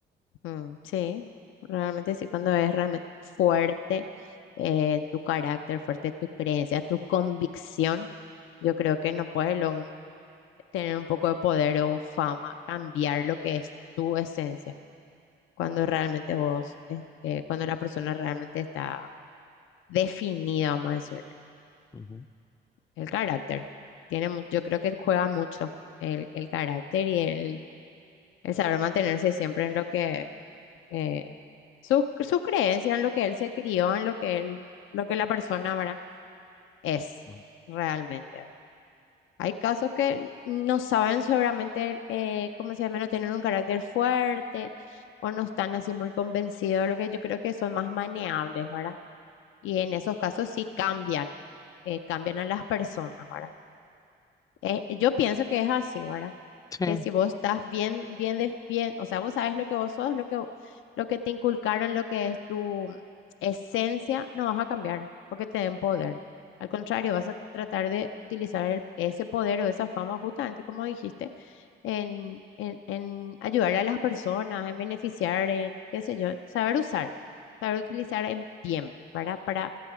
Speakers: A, on the left; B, on the left.
A: Mm, sí, realmente sí, cuando es realmente fuerte eh, tu carácter, fuerte tu creencia, tu convicción, yo creo que no puedes lo un- tener un poco de poder o fama, cambiar lo que es tu esencia, cuando realmente vos, este, cuando la persona realmente está definida, vamos a decirle.
B: Ujú.
A: El carácter. Tiene, mu- yo creo que juega mucho el, el carácter y el, el saber mantenerse siempre en lo que, eh, sus, sus creencias, en lo que él se crió, en lo que él, lo que la persona, ¿verdad? Es
B: Ujú.
A: realmente, ¿verdad? Hay casos que no saben seguramente, eh, ¿cómo se llama? No tienen un carácter fuerte o no están así muy convencidos, de lo que yo creo que son más maneables, ¿verdad? Y en esos casos sí cambian, eh, cambian a las personas, ¿verdad? Eh, yo pienso que es así, ¿verdad?
B: Sí,
A: Que si vos estás bien, bien, de- bien, o sea, vos sabes lo que vos sos, lo que, lo que te inculcaron, lo que es tu esencia, no vas a cambiar porque te den poder. Al contrario, vas a tratar de utilizar el- ese poder o esa fama, justamente como dijiste, en, en, en ayudar a las personas, en beneficiar, en qué sé yo, saber usar, saber utilizar en bien, ¿verdad? Para